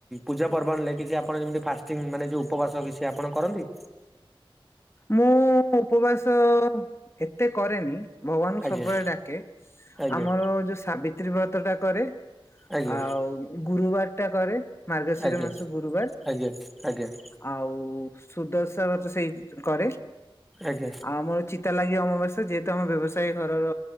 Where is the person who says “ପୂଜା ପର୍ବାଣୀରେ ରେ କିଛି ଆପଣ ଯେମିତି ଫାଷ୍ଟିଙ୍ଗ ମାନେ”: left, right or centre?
Centre